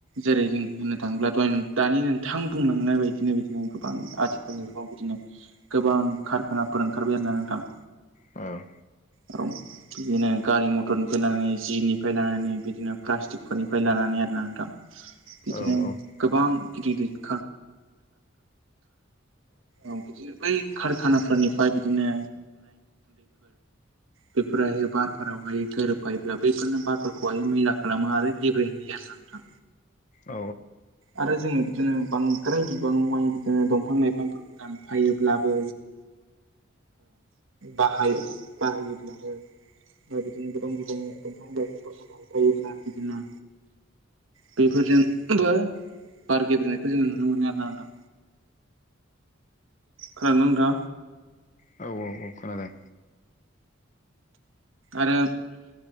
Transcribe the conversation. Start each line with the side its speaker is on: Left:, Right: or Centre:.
Right: जेरै जों होननो थाङोब्लाथ दानि नोंथां बुंलांनाय बायदिनो बिदिनो। गोबां आथिखालनि जुगाव बिदिनो गोबां खारखानाफोर ओंखारबाय होननानै नोंथां।
Left: औ।
Right: औ बिदिनो गारि मथरनिफ्राय लानानै जिनिफ्राय लानानै बिदिनो प्लास्टिकफोरनिफ्राय लानानै। नोंथां
Left: औ
Right: बिदिनो गोबां गिदिर। औ बै। कारखानाफोरनिफ्राय बिदिनो। बेफोराहायो बारफोरावहाय गोरोबफायोब्ला बैफोरनो बारफोरखौहाय मैला खालामो आरो गेब्रेंहोयो। नोंगौ नोंथां
Left: औ
Right: आरो जोङो बिदिनो बांद्राय बिबां माय उम दंफां लाइफांफोरखौ दानफायोब्लाबो बाहायो बाहायोब्ला उम आरो बिदिनो गोबां बिबांनि दंफां लायफांफोरखौ दानफायोब्ला बिदिनो बेफोरजोंबो बार गेब्रेनायखौ जोङो नुनो मोनो आरोना नोंथां। खोनादोंना नोंथाङा?
Left: औ औ औ खोनादों।
Right: आरो